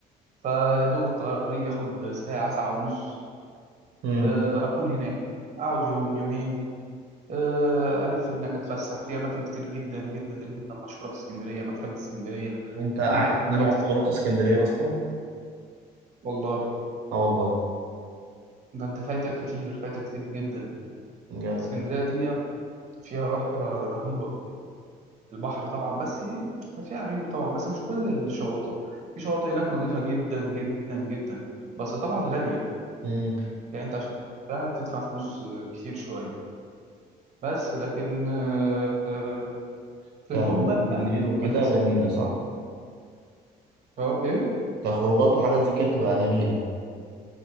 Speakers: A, on the right; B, on the right.
A: فيا دوب الطريق ياخد ساعة ساعة ونص
B: مم.
A: آه، أكون هناك أقعد يوم يومين آه، ألف هناك أتفسح في أماكن كتير جدا جدا جدا مشهورة في اسكندرية مكتبة اسكندرية
B: وأنت عارف
A: عندك مولات
B: إن أنا عمري
A: كتير
B: ما رحت اسكندرية أصلا
A: والله
B: اه والله
A: ده أنت فايتك كتير فايتك كتير جدا
B: بجد.
A: اسكندرية دي فيها روح ر- رهيبة البحر طبعا بس فيها عيوب طبعا بس مش كل الشواطئ في شواطئ هناك نظيفة جدا جدا جدا بس طبعا غالية
B: مم.
A: يعني انت عشان تشتريها بتدفع فلوس كتير شويه بس لكن آه، آه، في
B: كخروج
A: المجمل
B: بالليل
A: لا
B: وكده
A: اماكن اسكندريه
B: جميلة صح؟
A: اه ايه
B: كخروجات وحاجات زي كده بتبقى جميلة